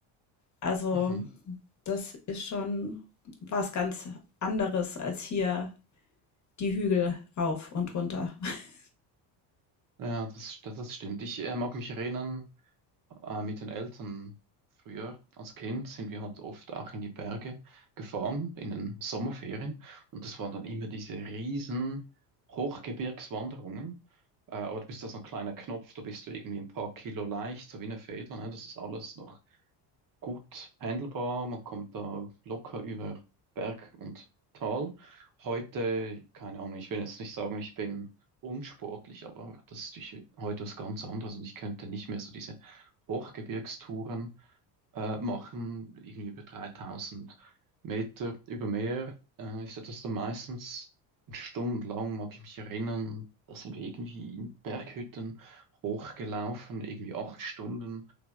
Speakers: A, on the left (about 35°); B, on the right (about 45°).
A: Also
B: Mhm.
A: Das ist schon was ganz anderes als hier die Hügel rauf und runter. <laughs>
B: Ja, das, das, das stimmt. Ich äh, mag mich erinnern, äh, mit den Eltern früher als Kind sind wir halt oft auch in die Berge gefahren, in den Sommerferien. Und das waren dann immer diese riesen Hochgebirgswanderungen. Äh, aber du bist da so ein kleiner Knopf, da bist du irgendwie ein paar Kilo leicht, so wie eine Feder. Ne? Das ist alles noch gut handelbar. Man kommt da locker über Berg und Tal. Heute, keine Ahnung, ich will jetzt nicht sagen, ich bin unsportlich, aber das ist durch- heute was ganz anderes und ich könnte nicht mehr so diese Hochgebirgstouren äh, machen, irgendwie über 3000 Meter über Meer. Äh, ich hatte das dann meistens stundenlang, mag ich mich erinnern, da sind wir irgendwie in Berghütten hochgelaufen, irgendwie acht Stunden.